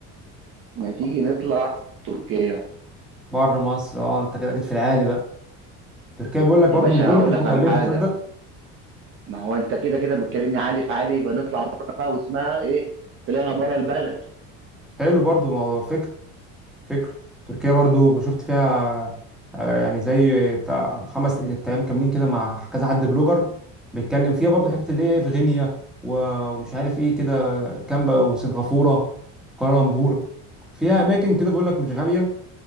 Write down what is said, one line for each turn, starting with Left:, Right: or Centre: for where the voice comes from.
Right: ما تيجي نطلع تركيا
Centre: بره مصر اه انت كده جيت في العالي بقى تركيا بيقول لك برضو
Right: يا باشا
Centre: مش بيقول
Right: هقول
Centre: لك مش
Right: لك
Centre: مكلفه
Right: على حاجه
Centre: تصدق
Right: ما هو انت كده كده بتكلمني عالي في عالي يبقى نطلع بره بقى واسمها ايه طلعنا بره البلد
Centre: حلو برضو موضوع فكره فكرة تركيا برضو شفت فيها آه، يعني زي تع- خمس ايام كاملين كده مع كذا حد بلوجر بيتكلم فيها برضو حتة اللي هي إيه في غينيا و- ومش عارف ايه كده كامبا وسنغافورة كوالالمبور فيها اماكن كده بيقول لك مش غالية